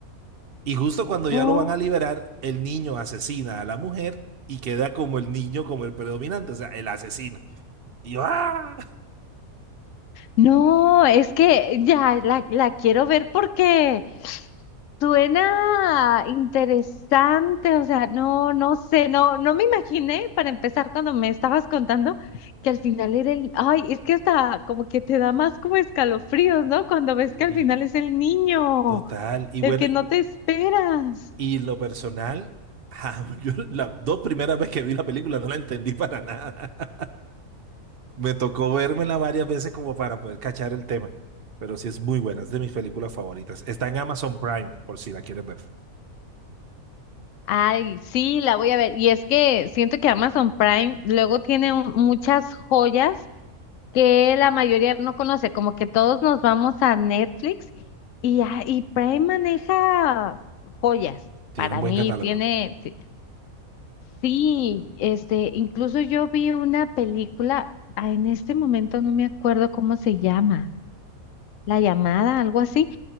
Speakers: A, on the right (about 45°); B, on the left (about 65°).
A: Y justo cuando ya
B: oh.
A: lo van a liberar, el niño asesina a la mujer y queda como el niño, como el predominante, o sea, el asesino. Y yo, ¡ah!
B: No, es que ya la, la quiero ver porque Suena interesante, o sea, no, no sé, no, no me imaginé para empezar cuando me estabas contando que al final era el, ay, es que hasta como que te da más como escalofríos, ¿no? Cuando ves
A: Y
B: que al final es el niño,
A: total. Y
B: el
A: bueno,
B: que
A: y,
B: no te esperas.
A: y lo personal, <laughs> yo las dos primeras veces que vi la película no la entendí para nada. <laughs> Me tocó vérmela varias veces como para poder cachar el tema. Pero sí es muy buena, es de mis películas favoritas. Está en Amazon Prime, por si la quieres ver.
B: Ay, sí, la voy a ver. Y es que siento que Amazon Prime luego tiene un- muchas joyas que la mayoría no conoce, como que todos nos vamos a Netflix y, a- y Prime maneja joyas.
A: Tiene
B: Para
A: un buen
B: mí
A: catálogo.
B: tiene, ti- sí, este, incluso yo vi una película, ah, en este momento no me acuerdo cómo se llama, La llamada, algo así.